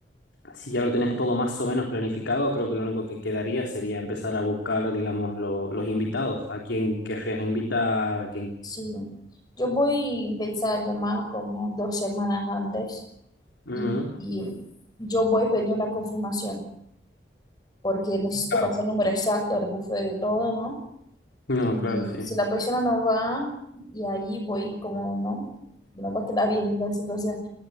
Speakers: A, on the left; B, on the left.
A: Si ya lo tenés todo más o menos planificado, creo que lo único que quedaría sería empezar a buscar, digamos, lo- los invitados, a quién querrías invitar, a quién...
B: Sí, ¿no? yo voy a pensar llamar como dos semanas antes
A: Ujú.
B: y, y yo voy a pedir una confirmación porque necesito
A: Claro.
B: pasar el número exacto del buffet de todo, ¿no?
A: No,
B: Y
A: claro, sí.
B: si la persona no va, y ahí voy como, ¿no? No va a quedar bien la situación.